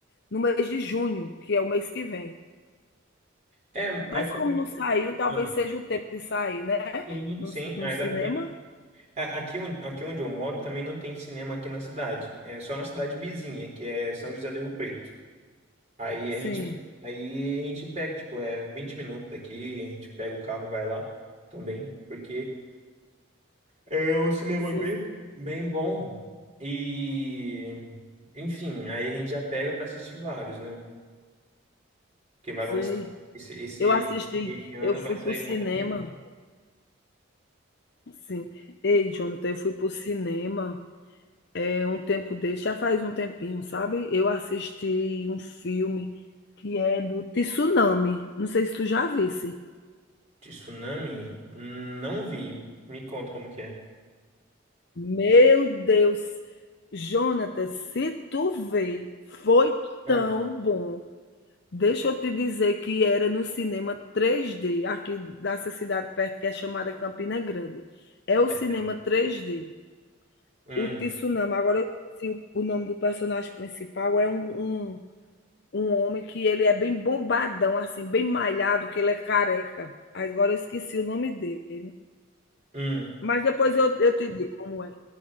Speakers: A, on the left (about 55°); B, on the right (about 35°).
A: no mês de junho, que é o mês que vem.
B: É, é
A: Mas
B: quando.
A: como não saiu, talvez
B: Ah,
A: seja o tempo de sair, né?
B: sim,
A: No,
B: sim,
A: no
B: ainda
A: cinema?
B: dá tempo. É, Aqui, on- aqui onde eu moro também não tem cinema aqui na cidade. É só na cidade vizinha, que é São José do Rio Preto. Aí a
A: Sim,
B: gente, aí a gente pega, tipo, é 20 minutos daqui, a gente pega o carro e vai lá também, porque é um cinema
A: sei,
B: bem, bem bom. E, enfim, aí a gente já pega pra assistir vários, né? Que vai
A: sei.
B: lançar esse, esse,
A: Eu assisti,
B: esse meio de ano
A: eu fui
B: vai sair
A: para o cinema.
B: um monte de filme.
A: Sim. Ei, Jonathan, eu fui pro cinema, é um tempo desse, já faz um tempinho, sabe? Eu assisti um filme que é do Tsunami, não sei se tu já visse.
B: De tsunami? Não vi. Me conta como que é.
A: Meu Deus! Jonathan, se tu vê, foi
B: Hum,
A: tão bom. Deixa eu te dizer que era no cinema 3D, aqui dessa cidade perto que é chamada Campina Grande. É o
B: é-
A: cinema 3D.
B: hum.
A: O Tsunami, agora eu esqueci o o nome do personagem principal, é um um um homem que ele é bem bombadão, assim, bem malhado, que ele é careca. Agora eu esqueci o nome dele.
B: Hum.
A: Mas depois eu, eu te digo como é.